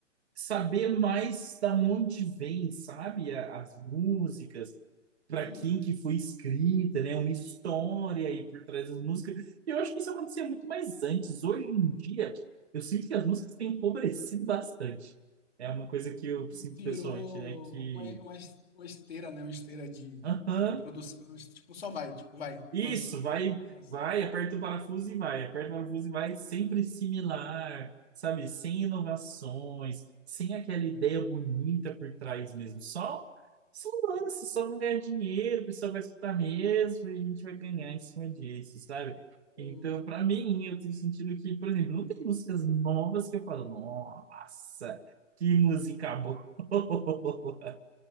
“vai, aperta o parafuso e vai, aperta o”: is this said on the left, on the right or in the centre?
Right